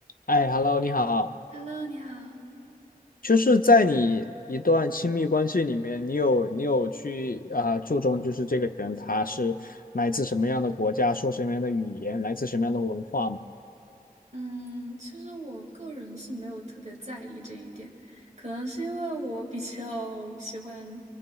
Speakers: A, on the left; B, on the right.
A: 哎，Hello，你好。
B: Hello，你好。
A: 就是在你一段亲密关系里面，你有你有去啊、注重就是这个人他是来自什么样的国家，说什么样的语言，来自什么样的文化吗？
B: 嗯，其实我个人是没有特别在意这一点，可能是因为我比较喜欢，